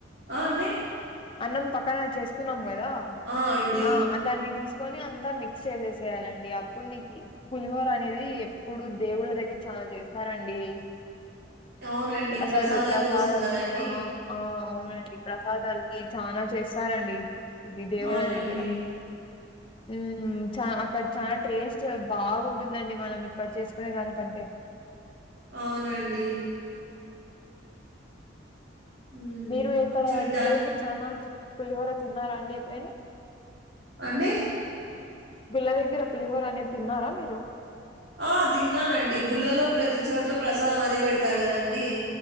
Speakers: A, on the right; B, on the left.
A: ఆ అండి
B: అన్నం పక్కన చేసుకున్నాం కదా
A: ఆ! అండి.
B: ఆ దాన్ని తీసు కోని అంతా మిక్స్ చేసేసేయాలండి అప్పుడు నీ పులిహోర అనేది ఎప్పుడు దేవుళ్ళ దగ్గర చల చేస్తారండి
A: అవునండి.
B: అసలు
A: ప్రసాదాల
B: ప్రసాదం
A: కోసం గదండీ!
B: ఆ ఈ ప్రసాదాలకి చానా చేస్తారండి ఇది దేవుల
A: అవునండి.
B: దగ్గర
A: <inaudible>
B: హ్మ్ చానా అక్కడ చాలా టేస్ట్ బాగుంటుందండి మనం ఇక్కడ చేసుకునే దానికంటే
A: అవునండి హ్మ్.
B: మీరు ఎక్కడ
A: చూడ్డా
B: గుల్ళ దగ్గర చాలా పులిహార తిన్నారా అండి ఎప్పుడేనా
A: అండి
B: గుల్ల దగ్గర పులిహోర అనేది తిన్నారా మీరు
A: ఆ తిన్నానండి గుళ్ళలో ప్రతి చోట్ల ప్రసాదం అదే పెడతారు కదండి